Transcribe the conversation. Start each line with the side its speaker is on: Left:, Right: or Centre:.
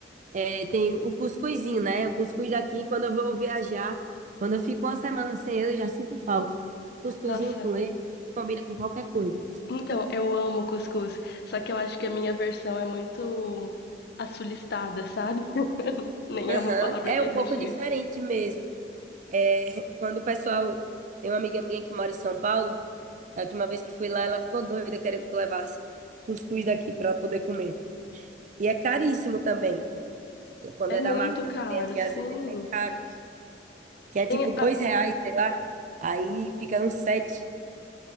Right: é, tem o cuscuzinho, né? O cuscuz daqui, quando eu vou viajar, quando eu fico uma semana sem ele, eu já sinto falta. Cuscuzinho
Left: Nossa,
Right: com leite combina com qualquer coisa.
Left: então eu amo cuscuz, só que eu acho que a minha versão é muito assulistada, sabe? <laughs> Nem
Right: Aham.
Left: é uma palavra
Right: É
Left: que
Right: um
Left: existe
Right: pouco diferente
Left: isso.
Right: mesmo. É, <laughs> quando o pessoal. Tem uma amiga minha que mora em São Paulo. Da última vez que fui lá, ela ficou doida querendo que eu levasse cuscuz daqui para ela poder comer. E é caríssimo também. Quando
Left: É
Right: é
Left: muito
Right: da marca que
Left: caro,
Right: tem aqui,
Left: sim.
Right: às vezes é caro. Que é
Left: Tem,
Right: tipo dois reais, sei lá. Aí fica uns sete.